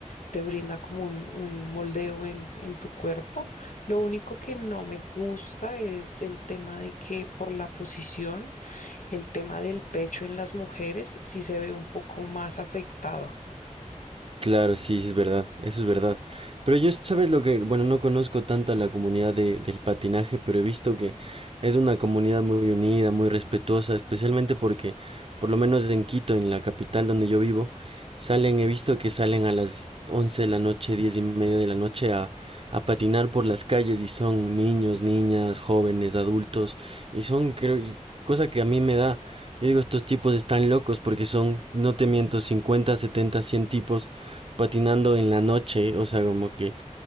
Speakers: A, on the left; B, on the right.
A: te brinda como un, un moldeo en, en tu cuerpo. Lo único que no me gusta es el tema de que por la posición, el tema del pecho en las mujeres sí se ve un poco más afectado.
B: Claro, sí, sí es verdad, eso es verdad. Pero yo, ¿sabes lo que? Bueno, no conozco tanta la comunidad de- del patinaje, pero he visto que es una comunidad muy unida, muy respetuosa, especialmente porque, por lo menos en Quito, en la capital donde yo vivo, salen, he visto que salen a las 11 de la noche, diez y media de la noche a, a patinar por las calles y son niños, niñas, jóvenes, adultos, y son, creo, y cosa que a mí me da, yo digo, estos tipos están locos porque son, no te miento, 50, 70, 100 tipos patinando en la noche, o sea, como que